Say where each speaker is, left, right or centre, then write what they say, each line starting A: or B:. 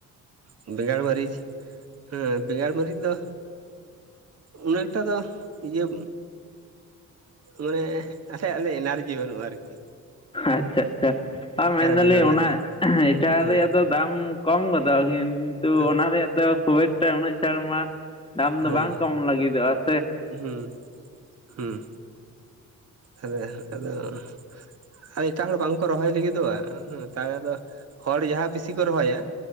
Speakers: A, on the right; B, on the left.
A: ᱦᱩᱸ ᱵᱮᱸᱜᱟᱲ ᱢᱟᱹᱨᱤᱪ ᱦᱮᱸ ᱵᱮᱸᱜᱟᱲ ᱢᱟᱹᱨᱤᱪ ᱫᱚ ᱩᱱᱟᱹᱜ ᱮᱠᱴᱟ ᱫᱚ ᱤᱭᱟᱹ ᱢᱟᱱᱮ ᱟᱥᱟᱭᱮᱜ-ᱟ ᱞᱮ ᱮᱱᱟᱨᱡᱤ ᱵᱟᱹᱱᱩᱜ-ᱟ ᱟᱨᱠᱤ ᱾
B: ᱟᱪᱪᱷᱟ ᱟᱪᱪᱷᱟ ᱟᱨ ᱢᱮᱱᱫᱟ
A: ᱵᱮᱸᱜᱟᱲ
B: ᱞᱤᱧ
A: ᱢᱟᱹᱨᱤᱪ
B: ᱚᱱᱟ ᱮᱴᱟᱜ
A: ᱦᱮᱸ
B: ᱨᱮᱭᱟᱜ ᱫᱚ ᱫᱟᱢ ᱠᱚᱢ ᱜᱚᱫᱚᱜᱼᱟ ᱠᱤᱱᱛᱩ
A: ᱦᱮᱸ
B: ᱚᱱᱟ ᱨᱮᱭᱟᱜ ᱫᱚ ᱠᱷᱩᱵ ᱮᱠᱴᱟ ᱩᱱᱟᱹᱜ ᱪᱟᱲ ᱢᱟ ᱫᱟᱢ
A: ᱦᱮᱸ
B: ᱫᱚ ᱵᱟᱝ ᱠᱚᱢ ᱞᱟᱹᱜᱤᱫ ᱫᱚᱜ-ᱟ ᱾
A: ᱦᱩᱸ ᱦᱩᱸ ᱟᱫᱚ ᱟᱨ ᱮᱴᱟᱜ ᱦᱚᱲ ᱵᱟᱝᱠᱚ ᱨᱚᱦᱚᱭ ᱞᱟᱹᱜᱤᱫᱚᱜᱼᱟ ᱦᱩᱸ ᱛᱟᱦᱚᱞᱮ ᱫᱚ ᱦᱚᱲ ᱡᱟᱦᱟᱸ ᱵᱤᱥᱤ ᱠᱚ ᱨᱚᱦᱚᱭᱟ